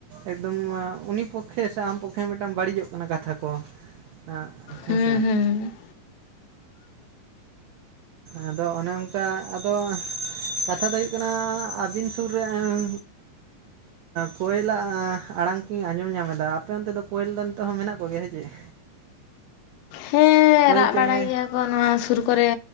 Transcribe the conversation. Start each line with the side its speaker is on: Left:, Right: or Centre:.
Right: ᱮᱠᱫᱚᱢᱻ ᱟ ᱩᱱᱤ ᱯᱚᱠᱠᱷᱮ ᱥᱮ ᱟᱢ ᱯᱚᱠᱠᱷᱮ ᱦᱚᱸ ᱢᱤᱫᱴᱟᱝ ᱵᱟᱹᱲᱤᱡᱚᱜ ᱠᱟᱱᱟ ᱠᱟᱛᱷᱟ ᱠᱚᱦᱚᱸ, ᱟᱸ ᱦᱮᱸ
Left: ᱦᱩᱸ
Right: ᱥᱮ
Left: ᱦᱩᱸ
Right: ᱾ ᱟᱫᱚ ᱚᱱᱮ ᱚᱝᱠᱟ ᱟᱫᱚ ᱠᱟᱛᱷᱟ ᱫᱚ ᱦᱩᱭᱩᱜ ᱠᱟᱱᱟ ᱟᱹᱵᱤᱱ ᱥᱩᱨ ᱨᱮ <unintelligible> ᱦᱮᱸ ᱠᱚᱭᱮᱞᱟᱜ ᱟᱸ ᱟᱲᱟᱝ ᱠᱚᱧ ᱟᱸᱡᱚᱢ ᱧᱟᱢᱮᱫᱟ, ᱟᱯᱮ ᱚᱱᱛᱮ ᱫᱚ ᱠᱚᱭᱮᱞ ᱫᱚ ᱱᱤᱛᱚᱜ ᱦᱚᱸ ᱢᱮᱱᱟᱜ ᱠᱚ ᱜᱮᱭᱟ ᱥᱮ ᱪᱮᱫ?
Left: ᱦᱮᱸᱻ
Right: ᱠᱳᱭᱮᱞ
Left: ᱨᱟᱜ
Right: ᱪᱮᱬᱮ
Left: ᱵᱟᱲᱟᱭ ᱜᱮᱭᱟ ᱠᱚ ᱱᱚᱣᱟ ᱥᱩᱨ ᱠᱚᱨᱮ